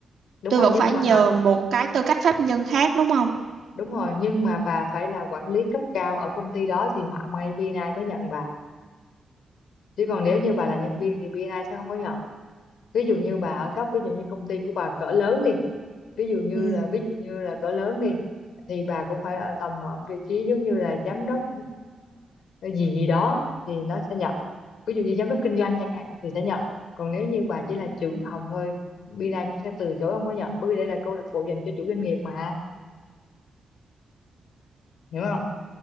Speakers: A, on the left (about 85°); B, on the right (about 55°).
A: đúng
B: tôi
A: rồi
B: vẫn
A: nhưng
B: phải
A: mà
B: nhờ
A: bà
B: một cái tư cách pháp nhân khác đúng không?
A: đúng rồi nhưng mà bà phải là quản lý cấp cao ở công ty đó thì họa may BNI mới nhận bà chứ còn nếu như bà là nhân viên thì BNI sẽ không có nhận ví dụ như bà ở cấp ví dụ như công ty của bà cỡ lớn đi ví dụ như
B: Ừ,
A: là ví dụ như là cỡ lớn đi thì bà cũng phải ở tầm ở vị trí giống như là giám đốc ờ, gì gì đó thì nó sẽ nhận ví dụ như giám đốc kinh doanh chẳng hạn thì sẽ nhận còn nếu như bà chỉ là trưởng phòng thôi bên này cũng sẽ từ chối không có nhận bởi vì đây là câu lạc bộ dành cho chủ doanh nghiệp mà hiểu không